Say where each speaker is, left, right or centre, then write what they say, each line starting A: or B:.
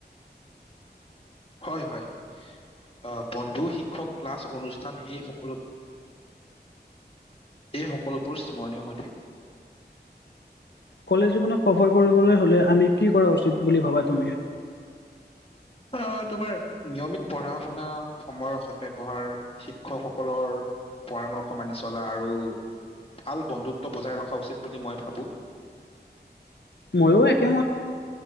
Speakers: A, on the left; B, on the left.
A: হয়, হয়। আ বন্ধু, শিক্ষক, ক্লাছ, অনুষ্ঠান এই সকলো এই সকলোবোৰ স্মৰণীয় হৈ থাকে।
B: কলেজ জীৱনক সফল কৰিবলৈ হলে, আমি কি কৰা উচিত বুলি ভাবা তুমি?
A: আ তোমাৰ নিয়মিত পঢ়া শুনা, সময়ৰ সদ ব্যৱহাৰ। শিক্ষকসকলৰ পৰামৰ্শ মানি চলা, আৰু ভাল বন্ধুত্ব বজাই ৰখা উচিত বুলি মই ভাবো।
B: ময়ো একেমত,